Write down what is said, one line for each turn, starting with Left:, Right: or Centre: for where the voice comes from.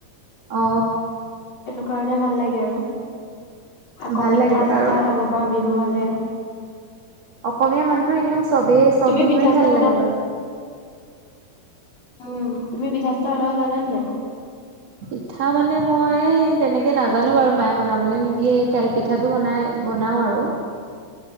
Right: অ
Left: কাৰণে ভাল লাগে আৰু আকৌ
Right: ভাল
Left: পিঠা
Right: লাগে বাৰু
Left: চিঠা
Right: আৰু
Left: খাব পাৰো বিহু হলে
Right: অসমীয়া মানুহৰ এনেও চবেই চব
Left: তুমি
Right: বিহুৱে
Left: পিঠা চিঠা
Right: ভাল
Left: বনাব
Right: লাগে বাৰু
Left: উম তুমি পিঠা চা বনাব জানানে নাই
Right: পিঠা মানে মই তেনেকে নাজানো বাৰু মায়ে বনাবলৈ নিদিয়ে তেল পিঠাটো বনাই বনাও আৰু